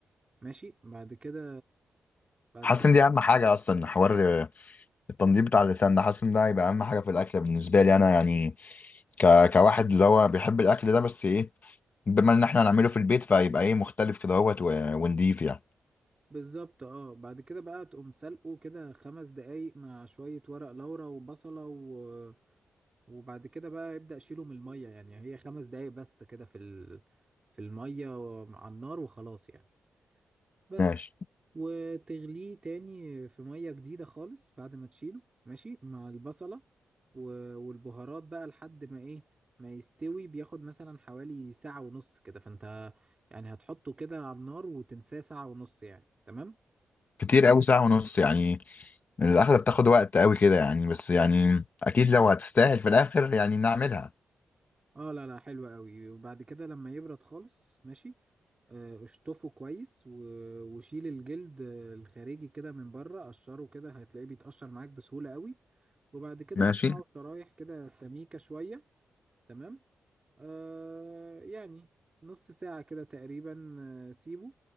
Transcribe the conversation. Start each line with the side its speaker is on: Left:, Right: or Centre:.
Right: ماشي بعد كده بعد
Left: حاسس
Right: كده
Left: ان دي اهم حاجه اصلا حوار التنظيف بتاع اللسان ده حاسس ان ده هيبقى اهم حاجه في الاكل بالنسبه لي انا يعني ك... كواحد اللي هو بيحب الاكل ده بس ايه بما ان احنا هنعمله في البيت فهيبقى ايه مختلف كده اهوت و... ونضيف يعني
Right: بالظبط اه بعد كده بقى تقوم سلقه كده خمس دقايق مع شوية ورق لورا وبصلة و... وبعد كده بقى يبدأ شيله من المية يعني هي خمس دقايق بس كده في ال... في المية و- على النار وخلاص يعني بس
Left: ماشي
Right: وتغليه تاني في مية جديدة خالص بعد ما تشيله ماشي مع البصلة و... والبهارات بقى لحد ما ايه ما يستوي بياخد مثلا حوالي ساعة ونص كده فانت يعني هتحطه كده على النار وتنساه ساعة ونص يعني تمام
Left: كتير قوي ساعه ونص يعني الاكله بتاخد وقت قوي كده يعني بس يعني اكيد لو هتستاهل في الاخر يعني نعملها
Right: اه لا لا حلو قوي وبعد كده لما يبرد خالص ماشي آه، اشطفه كويس و... وشيل الجلد آه، الخارجي كده من بره قشره كده هتلاقيه بيتقشر معاك بسهولة قوي وبعد كده
Left: ماشي
Right: قطعه شرايح كده سميكة شوية تمام آه يعني نص ساعة كده تقريبا آه، سيبه